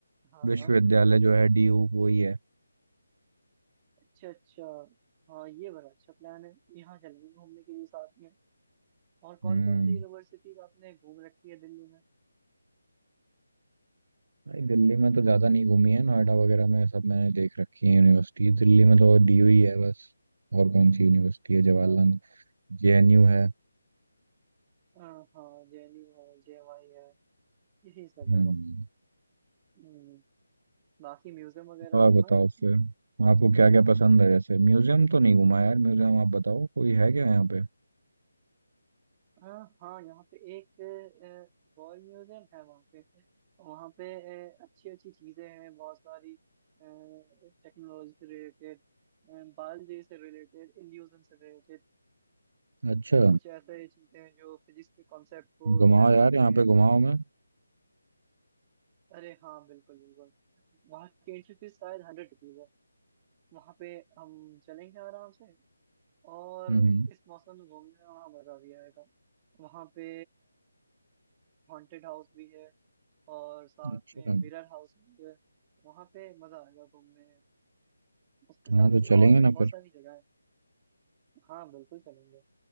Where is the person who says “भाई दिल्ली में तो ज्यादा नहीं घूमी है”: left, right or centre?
Right